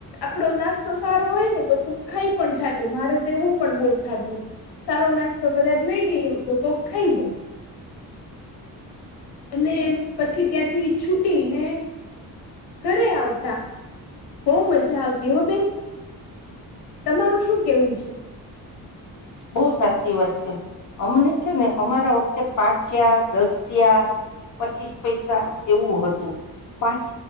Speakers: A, on the left; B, on the left.
A: આપડો નાસ્તો સારો હોય ને તો કુક ખાઈ પણ જાતું મારું તો એવું પણ બહ થતું સારો નાસ્તો કદાચ લઈ ગઈ એવું તો કોક ખાઈ જાય અને પછી ત્યાંથી છૂટી ને ઘરે આવતા બહ મજા આવતી હો બેન તમારું શું કેવું છે
B: બહુ સાચી વાત છે અમને છે ને અમારા વખતે પાંચ્યા દસિયા પચીસ પૈસા એવું હતું પાંચ